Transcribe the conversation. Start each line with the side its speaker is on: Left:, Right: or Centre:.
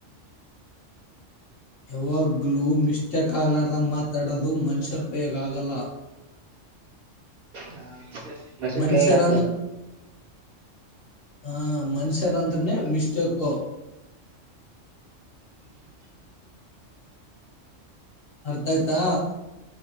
Left: ಯಾವಾಗ್ಲೂ ಮಿಸ್ಟೇಕ್ ಆಗ್ಲಾರ ಮಾತಾಡೋದು ಮನುಷ್ಯರ ಕೈಯಗ ಆಗಲ್ಲ
Right: ಹಾ ಬಸನ್
Left: ಮನುಷ್ಯರ
Right: ಕ ಗತ್ತ
Left: ಹ ಮನುಷ್ಯರಂದ್ರನೆೇ ಮಿಸ್ಟೇಕು
Right: ಹ್ಮ್
Left: ಅರ್ಥ ಆಯ್ತಾ